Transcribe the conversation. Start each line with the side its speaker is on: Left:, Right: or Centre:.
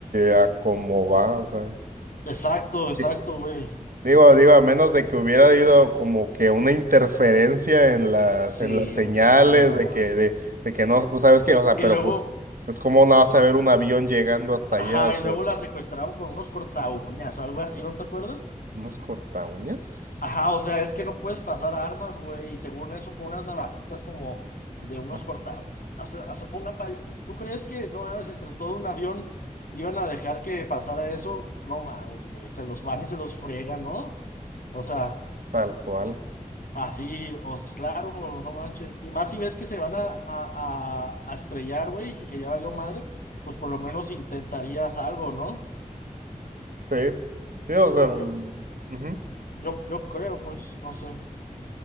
Right: a como va, o sea.
Left: Exacto, exacto,
Right: Di-
Left: güey.
Right: Digo, digo, a menos de que hubiera habido como que una interferencia en las,
Left: Sí,
Right: en las señales
Left: güey, pero no.
Right: de
Left: güey.
Right: que, de, de que no, pues sabes qué,
Left: Y,
Right: o sea,
Left: y
Right: pero
Left: luego.
Right: pues, pues cómo no vas a ver un avión llegando hasta
Left: Ajá,
Right: allá, o sea,
Left: y luego la secuestraron con unos cortaúñas o algo así, ¿no te acuerdas?
Right: unos cortaúñas,
Left: Ajá, o sea, es que no puedes pasar armas, güey, y según eso, con unas navajitas como de unos
Right: Ah,
Left: cortaúñas. O sea, eso fue una palla. ¿Tú crees que, no mames, entre todo un avión iban a dejar que pasara eso? No mames, güey, se los van y se los friegan, ¿no? O sea,
Right: tal cual.
Left: así, os, claro, no manches. Y más si ves que se van a, a, a, a estrellar, güey, y que ya valió madre, pues por lo menos intentarías algo, ¿no?
Right: Sí, sí, o sea,
Left: Bueno,
Right: ujú.
Left: yo. Yo, yo creo, pues, no sé.